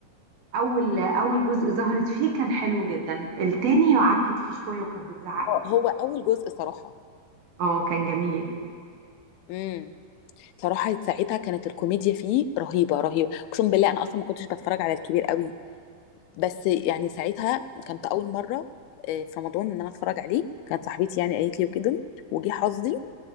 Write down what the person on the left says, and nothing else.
آه،
هو اول جزء صراحه
امم صراحه ساعتها كانت الكوميديا فيه رهيبه رهيبه اقسم بالله انا اصلا ما كنتش بتفرج على الكبير قوي بس يعني ساعتها كانت اول مره آه، في رمضان ان انا اتفرج عليه كانت صاحبتي يعني قالت لي وكده وجي حظي